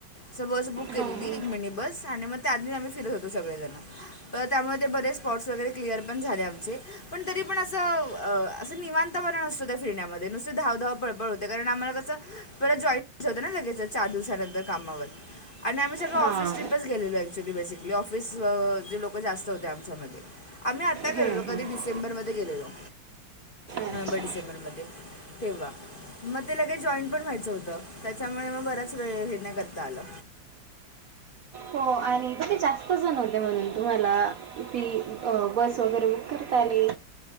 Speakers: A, on the left; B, on the right.
A: असं बस बुक केलेली
B: हां हां
A: एक मिनी बस आणि मग त्यामधी आम्ही फिरत होतो सगळे जण तर त्यामुळे ते बरे स्पॉट्स वगैरे <unintelligible> झाले आमचे पण तरीपण असं अ निवांतपणा नसतो त्या फिरण्या मध्ये नुसतं धाव धाव प पळ होते कारण आम्हाला कस परत जॉई होतं ना लगेच चालू झाल्यानंतर कामावर. आणि आम्ही सगळ ऑफिस
B: हां
A: ट्रिपच गेलेलो ऍक्च्यअली बेसिकली. ऑफिस जे लोक जास्त होते आमच्या मध्ये. आम्ही आता
B: हं,
A: गेलेलो,
B: हं,
A: कधी
B: हं.
A: डिसेंबरमध्ये गेलेलो. नोव्हेंबर
B: अच्छा
A: डिसेंबरमध्ये तेव्हा. मग ते लगे जॉईंन पण व्हायचं होतं त्यामुळे मग बराच वेळ हे नाय करता आलं
B: हो आणि मग ते जास्त जण होते म्हणून तुम्हाला, ती बस वगैरे बुक कर करता आली.